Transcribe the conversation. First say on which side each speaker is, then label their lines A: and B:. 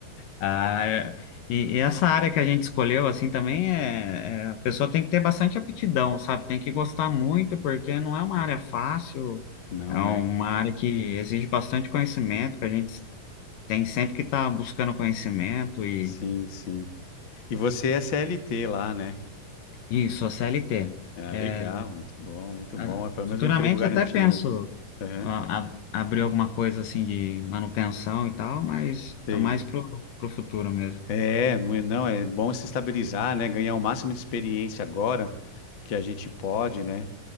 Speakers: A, on the left (about 70°); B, on the left (about 45°).
A: Ah, é- e, e essa área que a gente escolheu, assim, também é, é- a pessoa tem que ter bastante aptidão, sabe? Tem que gostar muito, porque não é uma área fácil,
B: Não,
A: é uma
B: né?
A: área que exige bastante conhecimento, que a gente tem sempre que estar buscando conhecimento e
B: Sim, sim. E você é CLT lá, né?
A: isso, a CLT.
B: Ah,
A: É,
B: legal, muito bom, muito
A: a-
B: bom. É pelo menos
A: futuramente
B: um emprego garantido.
A: até penso
B: Aham,
A: a- a- abrir alguma coisa assim de manutenção e tal, mas
B: Sim.
A: tá mais pro, pro futuro mesmo.
B: É, mu- não, é bom se estabilizar, né? Ganhar o máximo de experiência agora que a gente pode, né?